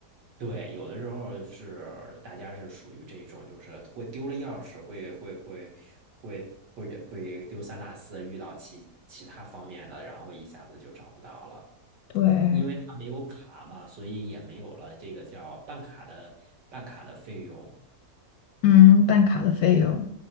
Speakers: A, on the right (about 70°); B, on the left (about 70°).
A: 对，有的时候是大家是属于这种，就是会丢了钥匙，会会会会会给会丢三落四，遇到其其他方面的，然后一下子就找不到了，
B: 对，
A: 因为他没有卡嘛，所以也没有了这个叫办卡的办卡的费用。
B: 嗯，办卡的费用，